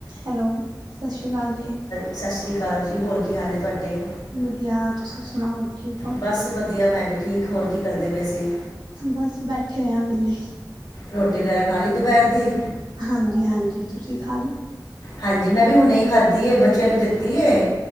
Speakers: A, on the right; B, on the left.
A: Hello, ਸਤਿ ਸ੍ਰੀ ਅਕਾਲ ਜੀ।
B: ਸਤਿ ਸ੍ਰੀ ਅਕਾਲ ਜੀ ਹੋਰ ਕੀ ਹਾਲ ਹੈ ਤੁਹਾਡੇ
A: ਵਧੀਆ। ਤੁਸੀਂ ਸੁਣਾਓ? ਠੀਕ ਹੋ?
B: ਬਸ ਵਧੀਆ ਮੈਂ ਵੀ ਠੀਕ, ਹੋਰ ਕੀ ਕਰਦੇ ਪਏ ਸੀ।
A: ਬਸ ਬੈਠੇ ਹੋਏ ਆ ਵਿਹਲੇ
B: ਰੋਟੀ ਵਗੈਰਾ ਖਾ ਲਈ ਦੁਪਹਿਰ ਦੀ
A: ਹਾਂਜੀ- ਹਾਂਜੀ ਤੁਸੀਂ ਖਾ ਲਈ
B: ਹਾਂਜੀ ਮੈਂ ਵੀ ਹੁਣੇ ਹੀ ਖਾਦੀ ਬੱਚਿਆਂ ਨੂੰ ਦਿੱਤੀ ਏ